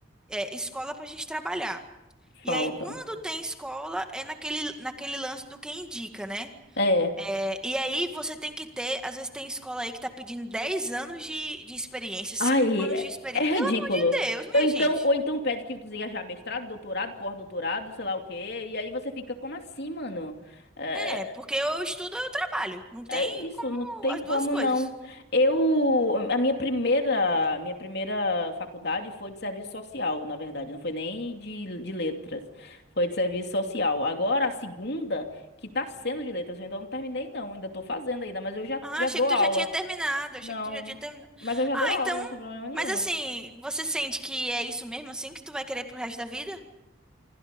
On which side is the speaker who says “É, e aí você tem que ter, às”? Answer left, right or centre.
Centre